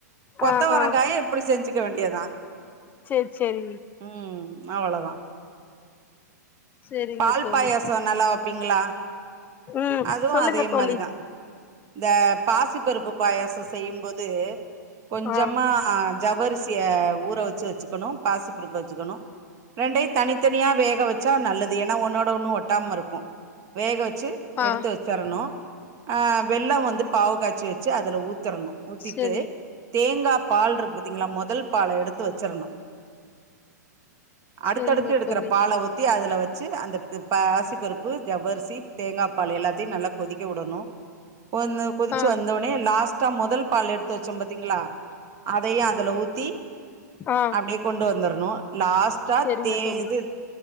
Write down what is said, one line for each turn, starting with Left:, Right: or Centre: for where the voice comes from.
Right: கொத்தவரங்காய
Left: ஆ ஆ
Right: இப்டி செஞ்சுக்க வேண்டியதா
Left: சேரி சேரி
Right: ம் அவளதா
Left: சேரிங்க
Right: பால்
Left: தோழி
Right: பாயசோ நல்லா வப் பீங்களா
Left: ம்
Right: அதுவூ
Left: சொல்லுங்க
Right: அதே
Left: தோழி
Right: மாரிதா இந்த பாசி பருப்பு பாயசோ செய்யும்போது கொஞ்சமா
Left: ஆ
Right: ஜவ்வரிசிய ஊற வச்சு வச்சுக்கணூ பாசி பருப்பு வச்சுக்கணூ ரெண்டையூ தனி த்தனியா வேக வச்சா நல்லத் ஏனா ஒன்னோட ஒன்னு ஒட் டாம இருக்கூ வேக வச்சு எடுத்து
Left: ஆ
Right: வச்சுரணூ ஆ வெள்ளோ வந்து பாகு காய்சி வச்சு அதுல ஊத் திரணூ ஊத்திட்டு
Left: சேரி
Right: தே ங்கா பால் இருக்கு பாத்தீங்ளா மொதல் பால எடுத்து வச்சிரணூ அடுத்தடுத்து
Left: சேரிங்க
Right: எடுக்கற
Left: தோழி
Right: பால ஊத்தி அதுல வச் க்கு பாசிபருப் பு ஜவ்வரிசி தேங்கா பால் எல்லாத்தயூ நல்லா கொதிக்க விடணூ ஒன்னு கொதிச்சு
Left: ஆ
Right: வந்தோடனே லாஸ்டா மொதல் பால் எடுத்து வச்சோ பாத்தீங்களா அதையூ அதுல ஊத்தி
Left: ஆ
Right: அப்டியே கொண்டு வந்துர் ணூ லாஸ்டா
Left: சேரிங்க
Right: தே
Left: தோழி
Right: இது